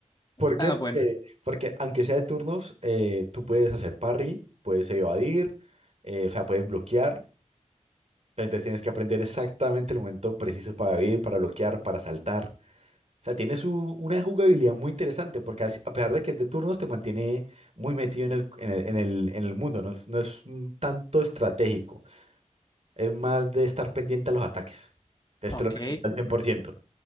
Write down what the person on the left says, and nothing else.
Ah,
bueno,
ok.